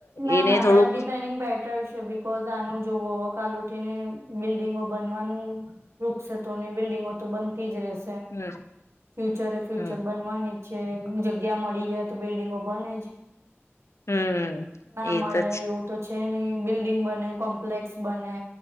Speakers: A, on the right; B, on the left.
A: ના,
B: એને
A: ના,
B: થોડુંક
A: વેબ ડિઝાઇનિંગ બેટર છે બિકૉજ આનું જોવો હો કાલ ઉઠીને બિલ્ડિંગો બનવાનું રુકશે તો નહી, બિલ્ડિંગો તો બનતી જ રહેશે
B: હમ
A: ફ્યુચરે, ફ્યુચર
B: હમ
A: બનવાની છે, જગ્યા મળી જાય તો બિલ્ડિંગો બનેજ
B: હમ
A: ના મળે
B: એ તો
A: એવું તો છે ની બિલ્ડિંગ બને કોમ્પ્લેક્સ બને